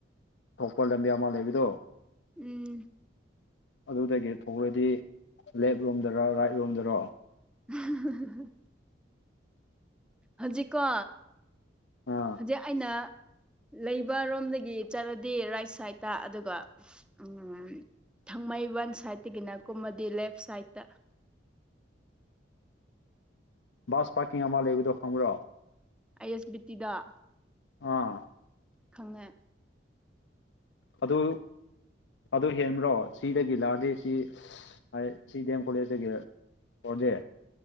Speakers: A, on the left; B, in the centre.
A: ꯊꯣꯛꯄ ꯂꯝꯕꯤ ꯑꯃ ꯂꯩꯕꯗꯣ
B: ꯎꯝ
A: ꯑꯗꯨꯗꯒꯤ ꯊꯣꯛꯔꯗꯤ ꯂꯦꯞꯔꯣꯝꯗꯔ ꯔꯥꯏꯠꯔꯣꯝꯗꯔꯣ
B: <unintelligible> ꯍꯧꯖꯤꯛꯀꯣ
A: ꯑꯥ
B: ꯍꯧꯖꯤꯛ ꯑꯩꯅ ꯂꯩꯕ ꯔꯣꯝꯗꯒꯤ ꯆꯠꯂꯗꯤ ꯔꯥꯏꯠ ꯁꯥꯏꯠꯇ ꯑꯗꯨꯒ ꯎꯝ ꯊꯥꯡꯃꯩꯕꯟ ꯁꯥꯏꯠꯇꯒꯤꯅ ꯀꯨꯝꯃꯗꯤ ꯂꯦꯐ ꯁꯥꯏꯗꯠꯇ
A: ꯕꯥꯁ ꯄꯥꯔꯀꯤꯡ ꯑꯃ ꯂꯩꯕꯗꯣ ꯈꯪꯕ꯭ꯔꯣ
B: ꯑꯥꯏ ꯑꯦꯁ ꯕꯤ ꯇꯤꯗ
A: ꯑꯥ
B: ꯈꯪꯉꯦ
A: ꯑꯗꯨ ꯑꯗꯨ ꯍꯦꯟꯕ꯭ꯔꯣ ꯁꯤꯗꯒꯤ ꯂꯥꯑꯗꯤ ꯁꯤ ꯍꯥꯏ ꯁꯤ ꯗꯤ ꯑꯦꯝ ꯀꯣꯂꯦꯖꯇꯒꯤ ꯑꯣꯔꯗꯤ